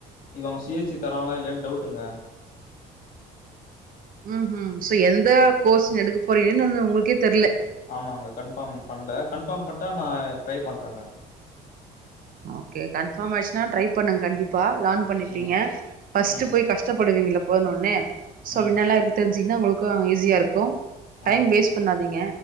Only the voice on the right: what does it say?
ம் ம் சோ எந்த
கோர்ஸ்ஸு எடுக்க போறீங்கன்னு இன்னு உங்களுக்கே தெர்ல
ஓகே கன்ஃபார்ம் ஆயிடுச்சுனா ட்ரை பண்ணுங்க கண்டிப்பா லர்ன் பண்ணப்பீங்
ஃபர்ஸ்ட்டு
போய் கஷ் ப்படுவீங்கள போன ஒடனே சோ
என்னலா இருக்கு தெரிஞ்சீங்கன்னா உங்களுக்கு ஈஸியா இருக்கு
டைம் வேஸ்ட் பண்ணாதீங்க